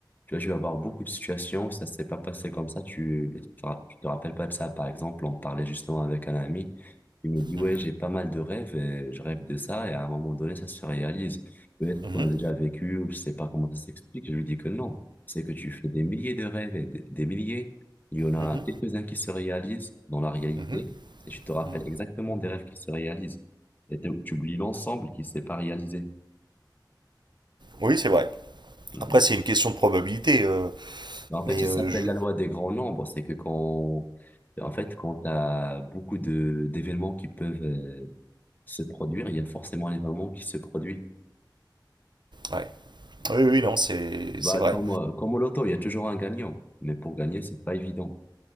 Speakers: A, on the left; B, on the right.
A: Tu vois, je vais avoir beaucoup de situations où ça s'est pas passé comme ça. Tu, tu te ra- tu te rappelles pas de ça. Par exemple, on parlait justement avec un ami qui me dit, ouais,
B: Mhm,
A: j'ai pas mal de rêves et je rêve de ça. Et à un moment donné, ça se réalise. Peut-être
B: mhm,
A: qu'on l'a déjà vécu ou je sais pas comment ça s'explique. Je lui dis que non c'est que tu fais des milliers de rêves et des, des milliers. Il y en a
B: mhm,
A: quelques-uns qui se réalisent dans la réalité
B: mhm.
A: et tu te rappelles
B: mhm.
A: exactement des rêves qui se réalisent. Et tu tu oublies l'ensemble qui ne s'est pas réalisé.
B: Oui, c'est vrai.
A: Mhm.
B: Après, c'est une question de probabilité. euh,
A: En fait,
B: mais
A: ça
B: euh,
A: s'appelle
B: je.
A: la loi des grands nombres. C'est que quand, en fait, quand tu as beaucoup de d'événements qui peuvent euh, se produire, il y a forcément un événement qui se produit.
B: ouais. Oui, oui, non, c'est
A: Bah,
B: c'est vrai.
A: comme, euh, comme au loto, il y a toujours un gagnant. Mais pour gagner, c'est pas évident.